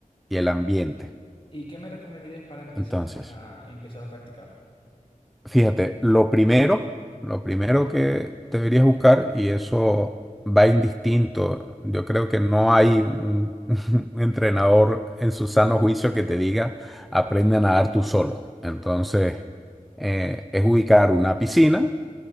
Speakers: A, in the centre; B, on the left.
A: y el ambiente.
B: ¿Y qué me recomendarías para empezar,
A: Entonces,
B: para empezar a practicarlo?
A: fíjate, lo primero, lo primero que deberías buscar, y eso va indistinto, yo creo que no hay un, <laughs> un entrenador en su sano juicio que te diga, aprende a nadar tú solo. Entonces, eh, es ubicar una piscina